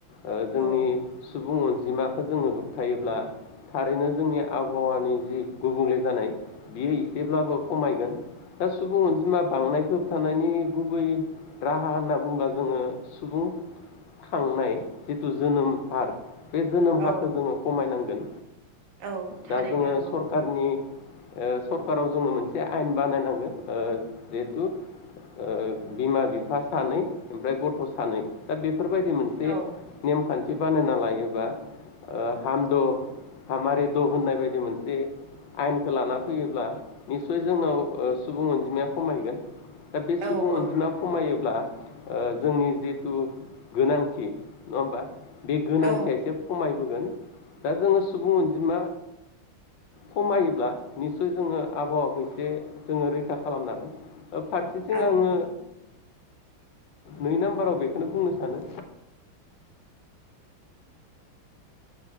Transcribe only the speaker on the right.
औ
औ
औ थारैनो
नंगौ
औ
औ
औ
औ
औ